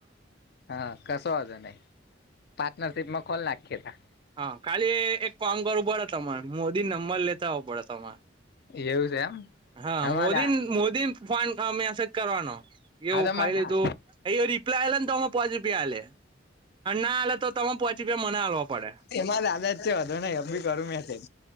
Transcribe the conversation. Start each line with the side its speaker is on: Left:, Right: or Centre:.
Left: હા, કશો વાંધો નહીં પાર્ટનરશિપમાં ખોલ નાખી, તા.
Right: હા, ખાલી એક કામ કરવું પડે તમારે મોદી નંબર લેતા આવો પડે તમારે.
Left: એવું છે, એમ.
Right: હા
Left: એમાં
Right: મોદી
Left: દા
Right: મોદી ફોન કા મેસેજ કરવાનો એવું
Left: હા તો
Right: ખાઈ
Left: મારા
Right: લીધું. પ્લાને તો પોચ રુપિયા આલે અનેના આલે તો તમે પોચ રુપિયા મને હાલવા પડે.
Left: એમાં આદત છે, વાંધોને એમ ભી કરું મેંસેજ.